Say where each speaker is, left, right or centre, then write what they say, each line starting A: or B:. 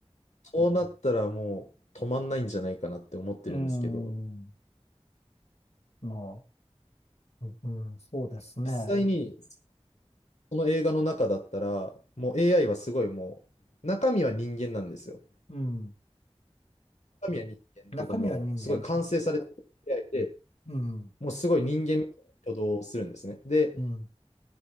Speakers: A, on the left; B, on the left.
A: そうなったらもう止まんないんじゃないかなって思ってるんですけど、
B: うん。まあ、うん、そうですね。
A: 実際にこの映画の中だったら、もう AI はすごいもう、中身は人間なんですよ。
B: うん。
A: 中身は人間っていうかもう、
B: 中身は人間。
A: すごい完成されてる AI で、
B: うん。
A: もうすごい人間みたいな挙動をするんですね。で、
B: うん。